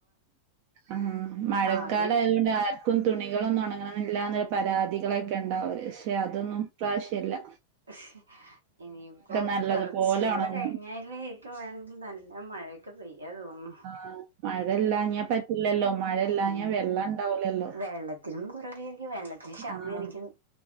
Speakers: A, on the right (about 45°); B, on the right (about 75°).
A: ആ മഴക്കാല
B: ആദ്യം
A: ആയതു കൊണ്ട് ആർ ക്കും തുണികളൊന്നും ഒണങ്ങണന്നില്ലാന്ന് പരാതികളൊക്കെ ഒണ്ടാവര് പക്ഷെ അതൊന്നും ഇപ്രാവശ്യ ഇല്ല
B: ശ്ശ് ഇനിയിപ്പോ
A: നല്ലതുപോലെ
B: കൊറച്ചും കൂടെ
A: ഉണങ്ങും
B: കഴിഞ്ഞാല് എക്ക് വേണോങ്കി നല്ല മഴ മഴയൊക്കെ പെയ്യാ തോന്നുന്നു
A: ആ മഴ ഇല്ലാഞ്ഞാ പറ്റില്ലല്ലോ മഴയില്ലാഞ്ഞാ
B: ഉം
A: വെള്ളം ഉണ്ടാവൂലല്ലോ
B: വെള്ളത്തിനും കുറവേരിക്കും വെള്ളത്തിന് ക്ഷാമേരിക്കുന്നു
A: ആഹ്